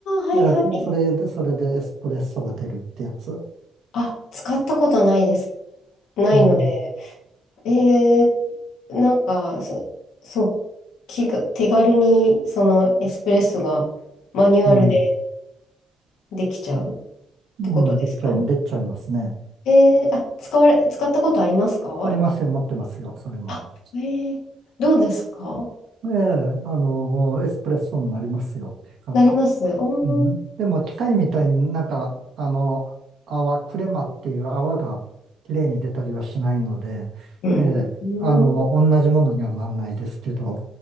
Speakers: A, on the left; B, on the right.
A: はいはい。
B: う。いや、それで、それでエスプレッソが出るってやつ。
A: あ、使ったことないです。ないので。
B: うん、
A: えー、なんか、そ、そう、気が、手軽にそのエスプレッソがマニュアルで
B: うん、
A: できちゃう。
B: うん、
A: てことですか
B: できちゃい、できちゃいますね。
A: えー、あ、使われ、使ったことありますか
B: ありますよ、持ってますよ、それも。
A: あ、えー、どうですか
B: ええ、あの、エスプレッソになりますよっていうか。
A: なりますおー、
B: うん。でも機械みたいになんか、あの、泡、クレマっていう泡が綺麗に出たりはしないので、
A: うん。
B: ええ、
A: うん、
B: あの、同じものにはなんないですけど、